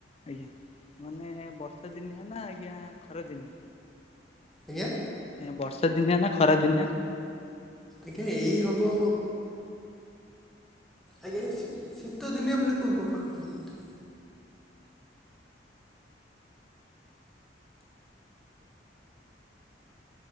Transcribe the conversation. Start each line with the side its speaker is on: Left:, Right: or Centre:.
Left: ଆଜ୍ଞା ମାନେ ବର୍ଷା ଦିନିଆ ନା ଆଜ୍ଞା ଖରା ଦିନେ।
Centre: ଆଜ୍ଞା।
Left: ଏଁ ବର୍ଷା ଦିନିଆ ନା ଖରା ଦିନିଆ।
Centre: ଆଜ୍ଞା ଏଇ ହବ। ଆଜ୍ଞା ଶୀ-ଶୀତ ଦିନିଆ ବେଳକୁ ହବ ପାଖ ପାଖି ବୋଧେ।